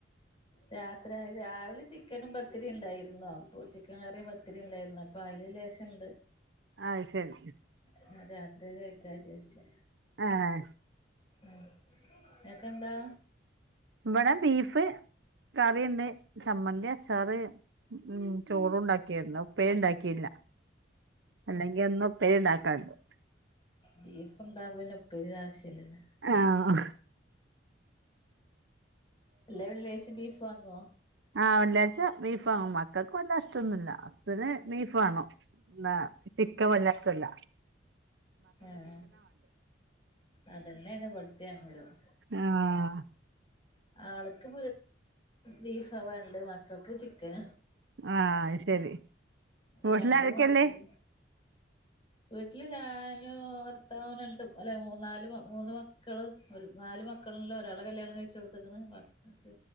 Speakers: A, on the left; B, on the right.
A: രാത്രി രാവിലെ ചിക്കനും പത്തിരി ഉണ്ടായിരുന്നു അപ്പൊ ചിക്കൻ കറിയും പ ത്തിരി ഉണ്ടായിരുന്നു അപ്പൊ അതില് ലേശം ണ്ട്
B: അഹ് ശരി
A: ആഹ് രാത്രി കഴിക്കാ വിജാരിച്ചേ
B: ആഹ്
A: ആഹ് ഇങ്ങക്കെന്താ
B: ഇവിടെ ബീഫ് കറിണ്ട് ചമ്മന്തി അച്ചാറ് ഉം ചോറു ഉണ്ടാക്കിയരുന്നു ഉപേരി ഉണ്ടാക്കിയില്ല അല്ലെങ്കിൽ എന്നും ഉപ്പേരി ഉണ്ടാക്കൽ ണ്ട്.
A: ബീഫുണ്ടാവുമ്പോ ഇപ്പേരി ന്റെ ആശ്യല്ലല്ലോ
B: ആഹ് ആഹ്
A: എല്ല വെള്ളിയാഴ്ച ബീഫ് വാങ്ങുവോ
B: ആഹ് വെള്ളിയാഴ്ച ബീഫ് വാങ്ങും. മക്കൾക്ക് വല്ല്യ ഇഷ്ടമൊന്നുല്ല. ഹസ്ബന്റ് ബീഫ് വേണം. പിന്ന ചിക്കൻ വല്ലാ ഇഷ്ടല്ല
A: ആഹ് അതന്നെയാണ് ഇവിടുത്തെ അങ്ങേരും
B: ആഹ്
A: ആൾക്ക് ബീഫാ വേണ്ടത് മക്കൾക്ക് ചിക്കൻ
B: ആഹ് അഹ് ശരി
A: അപ്പൊ
B: വീട്ടില്
A: രണ്ടും
B: ആരൊക്കെല്ലേ
A: കൊട്ന്നെരും വീട്ടില് ഞാനും ഭർത്താവും രണ്ടു അല്ലെ മൂ നാല് മൂന്ന് മക്കളും മക്കളും. ഒരു നാല് മക്കളില് ഒരാളെ കല്യാണം കഴിച്ചു കൊടുത്തേക്കണ്. മറ്റേ